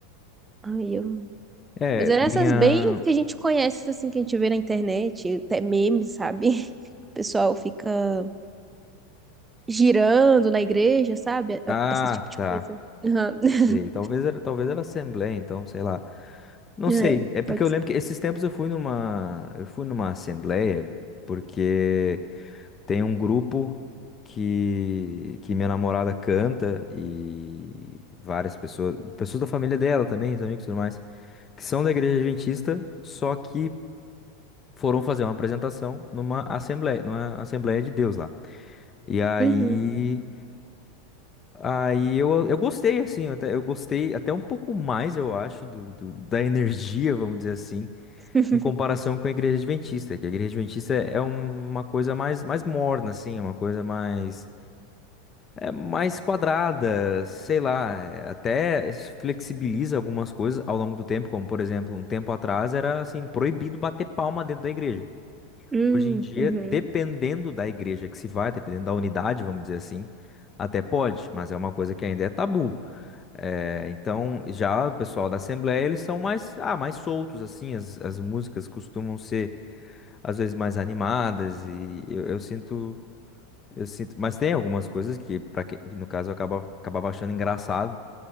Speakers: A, on the right; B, on the left.
A: Aí eu
B: É,
A: Mas eram
B: minha...
A: essas bem que a gente conhece, assim, que a gente vê na internet, até memes, sabe? <laughs> O pessoal fica girando na igreja, sabe?
B: Ah,
A: Esse tipo de
B: tá,
A: coisa. Aham. <laughs>
B: sei, talvez era, talvez era Assembleia, então, sei lá. Não
A: É,
B: sei, é porque
A: pode
B: eu lembro
A: ser.
B: que esses tempos eu fui numa, eu fui numa Assembleia, porque... Tem um grupo que, que minha namorada canta e várias pessoas, pessoas da família dela também, os amigos e tudo mais, que são da igreja adventista, só que foram fazer uma apresentação numa assembleia, numa assembleia de Deus lá. E aí,
A: Uhum.
B: aí eu, eu gostei, assim, até, eu gostei até um pouco mais, eu acho, do, do- da energia, vamos dizer assim,
A: <laughs>
B: em comparação com a igreja adventista, que a igreja adventista é é uma coisa mais, mais morna, assim, é uma coisa mais É mais quadrada, sei lá, é, até flexibiliza algumas coisas ao longo do tempo, como por exemplo, um tempo atrás era assim proibido bater palma dentro da igreja.
A: Hum,
B: Hoje em dia,
A: uhum.
B: dependendo da igreja que se vai, dependendo da unidade, vamos dizer assim, até pode, mas é uma coisa que ainda é tabu. É, então, já o pessoal da Assembleia, eles são mais, ah, mais soltos assim, as, as músicas costumam ser às vezes mais animadas e eu eu sinto eu sinto, mas tem algumas coisas que, para que, no caso, eu acaba, acabava achando engraçado,